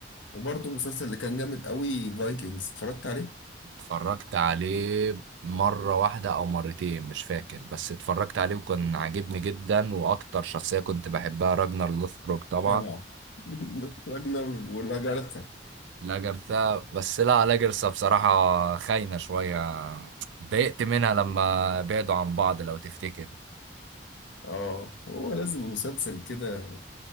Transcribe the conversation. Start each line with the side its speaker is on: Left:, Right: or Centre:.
Left: وبرضه المسلسل اللي كان جامد قوي فايكنجز اتفرجت عليه
Right: اتفرجت عليه مرة واحدة أو مرتين مش فاكر بس اتفرجت عليه وكان عاجبني جدا وأكتر شخصية كنت بحبها راجنر لوثبروك طبعا
Left: طبعا <laughs> راجنر ولاجارثا
Right: لاجرثا بس لا لاجرثا بصراحة خاينة شوية اتضايقت منها لما بعدوا عن بعض لو تفتكر
Left: اه هو لازم مسلسل كده